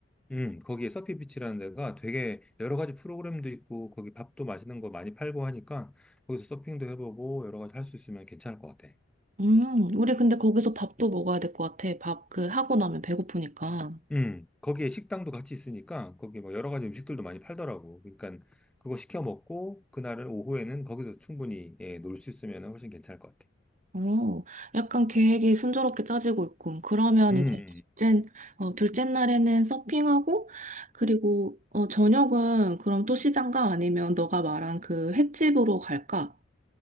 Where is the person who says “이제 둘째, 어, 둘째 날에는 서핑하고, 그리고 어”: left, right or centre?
Right